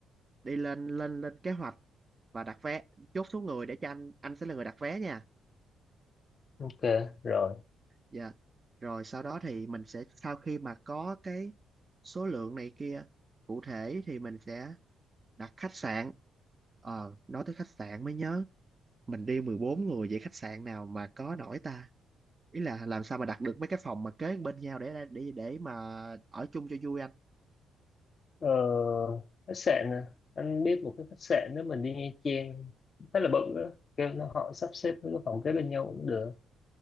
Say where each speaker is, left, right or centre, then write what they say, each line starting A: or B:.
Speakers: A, on the right (about 30°); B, on the left (about 45°).
A: đi lên lên lên kế hoạch và đặt vé chốt số người để cho anh anh sẽ là người đặt vé nha
B: ok rồi
A: dạ rồi sau đó thì mình sẽ sau khi mà có cái số lượng này kia cụ thể thì mình sẽ đặt khách sạn ờ nói tới khách sạn mới nhớ mình đi 14 người vậy khách sạn nào mà có nổi ta ý là làm sao mà đặt được mấy cái phòng mà kế bên nhau để để để mà ở chung cho vui anh
B: Ờ, khách sạn à anh biết một cái khách sạn nếu mình đi Nha Trang khá là bự đó kêu nó họ sắp xếp với cái phòng kế bên nhau cũng được